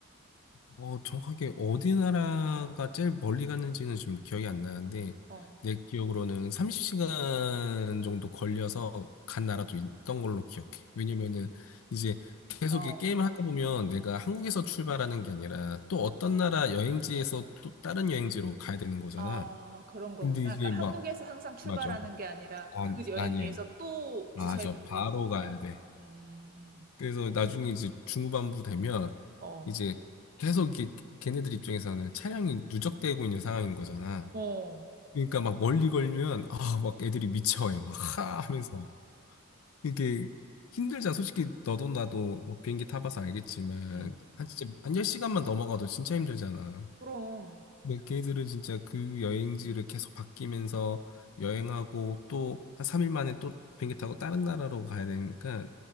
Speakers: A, on the left; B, on the right.
A: 어, 정확하게 어디 나라가 제일 멀리 갔는지는 지금 기억이 안 나는데,
B: 어.
A: 내 기억으로는 30시간 정도 걸려서 간 나라도 있던 걸로 기억해. 왜냐면은
B: 어.
A: 이제 계속
B: 와우.
A: 이 게임을 하다 보면 내가 한국에서 출발하는 게 아니라 또 어떤 나라 여행지에서 또 다른 여행지로 가야 되는 거잖아.
B: 아, 그런 거구나.
A: 근데
B: 그러니까
A: 이제
B: 한국에서
A: 막,
B: 항상 출발하는
A: 맞아.
B: 게 아니라
A: 아,
B: 그 여행지에서
A: 아니야.
B: 또
A: 맞아.
B: 주사위로
A: 바로
B: 돌리는 거구나.
A: 가야 돼.
B: 음,
A: 그래서 나중에 이제 중후반부 되면
B: 어,
A: 이제 계속 이게 걔네들 입장에서는 차량이 누적되고 있는 상황인 거잖아.
B: 어,
A: 그러니까 막 멀리 걸면 아, 막 애들이 미쳐해 막 하 하면서 이게 힘들잖아. 솔직히 너도 나도 뭐 비행기 타봐서 알겠지만
B: 음.
A: 한 진짜 한 10시간만 넘어가도 진짜 힘들잖아.
B: 그럼.
A: 근데 걔들은 진짜 그 여행지를 계속 바뀌면서 여행하고 또 한 3일 만에 또 비행기 타고 다른 나라로 가야 되니까